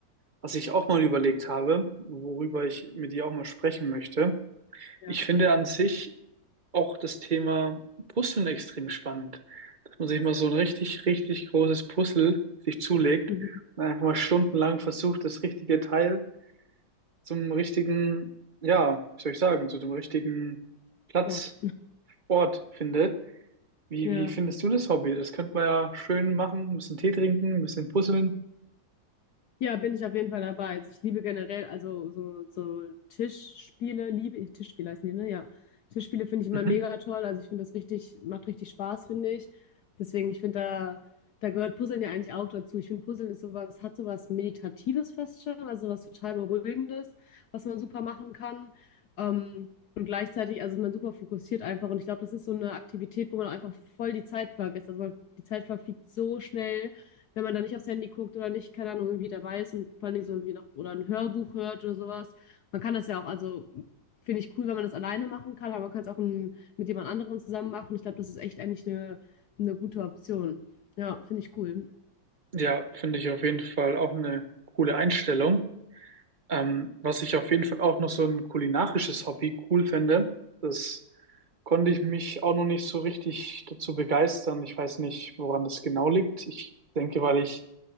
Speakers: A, on the right (about 35°); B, on the left (about 65°).
A: Was ich auch mal überlegt habe, worüber ich mit dir auch mal sprechen möchte.
B: Ja.
A: Ich finde an sich auch das Thema Puzzeln extrem spannend. Dass man sich mal so ein richtig, richtig großes Puzzle sich zulegt
B: Mhm.
A: und einfach mal stundenlang versucht, das richtige Teil zum richtigen, ja, wie soll ich sagen, zu dem richtigen Platz
B: Sport.
A: ort finde. Wie,
B: Ja.
A: wie findest du das Hobby? Das könnte man ja schön machen, ein bisschen Tee trinken, ein bisschen puzzeln.
B: Ja, bin ich auf jeden Fall dabei. Also ich liebe generell, also so, so Tischspiele, liebe ich, Tischspiele heißen die, ne? Ja. Tischspiele finde ich immer
A: Mhm.
B: mega toll. Also ich finde das richtig, macht richtig Spaß, finde ich. Deswegen, ich finde, da, da gehört Puzzeln ja eigentlich auch dazu. Ich finde, Puzzeln ist sowas, hat sowas Meditatives fast schon, also was total Beruhigendes, was man super machen kann. Ähm, und gleichzeitig, also man super fokussiert einfach. Und ich glaube, das ist so eine Aktivität, wo man einfach voll die Zeit vergisst. Also man, die Zeit verfliegt so schnell wenn man da nicht aufs Handy guckt oder nicht, keine Ahnung, irgendwie dabei ist und vor allem so irgendwie noch oder ein Hörbuch hört oder sowas. Man kann das ja auch, also finde ich cool, wenn man das alleine machen kann, aber man kann es auch ähm, mit jemand anderem zusammen machen. Ich glaube, das ist echt eigentlich eine, eine gute Option. Ja, finde ich cool.
A: Ja, finde ich auf jeden Fall auch eine coole Einstellung. Ähm, was ich auf jeden Fall auch noch so ein kulinarisches Hobby cool fände, das konnte ich mich auch noch nicht so richtig dazu begeistern. Ich weiß nicht, woran das genau liegt. Ich denke, weil ich